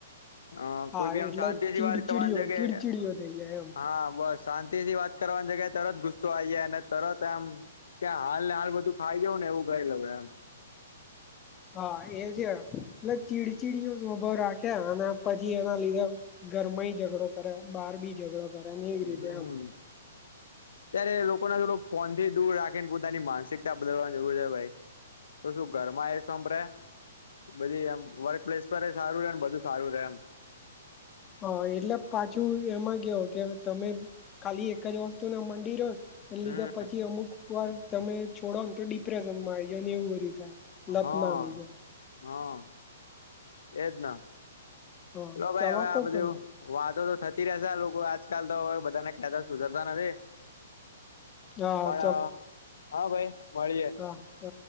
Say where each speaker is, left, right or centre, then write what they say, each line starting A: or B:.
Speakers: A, on the left; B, on the left.
A: હ
B: હા
A: કોઈ બી આમ
B: એટલે
A: શાંતિ થી
B: ચીડચીડીઓ
A: વાત કરવાની છે
B: ચીડચીડીઓ
A: કે
B: થઈ જાય એમ
A: હા બસ શાંતિ થી વાત કરવાની જગ્યાએ તરત ગુસ્સો આ જાય અને તરત એમ ત્યા હાલ ને હાલ થાઈજઉ નેવું ગઈે લવએમ
B: હા એ છે એટલે ચીડચીડીયો સ્વભાવ રાખે અને પછી એના લીધે ઘર માં ઝઘડો કરે બહાર બી ઝઘડો કરે ને એવી
A: હમ.
B: રીતે એમ
A: ત્યારે લોકોને થોડ ફોનથી દૂર રાખીને પોતાની માનસિકતા બદલવાની જરૂર છે ભાઈ તો શું ઘર માં એ સંભળે બધી એમ વર્ક પ્લેસ પર સારું રે ને બધું સારું રે એમ.
B: હ એટલે પાછું એમાં કેવો કે તમે ખાલી એક જ વસ્તુ ના મંડી રહો એ લીધા
A: હમ
B: પછી અમુક વાર તમે છોડો ને તો ડિપ્રેશન માં આવી જ ને એવું બધું થાય. લત
A: હા
B: ના લીધે
A: હા એજ ન
B: હા
A: લો ભાઈ
B: ચાલો
A: હવે
B: તો
A: આ બધું
B: પહી
A: વાતો તો થતી રશે લોકો આજકાલ તો હવે બધાને કતા સુધરતા નથી.
B: હા
A: પણ હા ભાઈ મળીયે.
B: હ હ.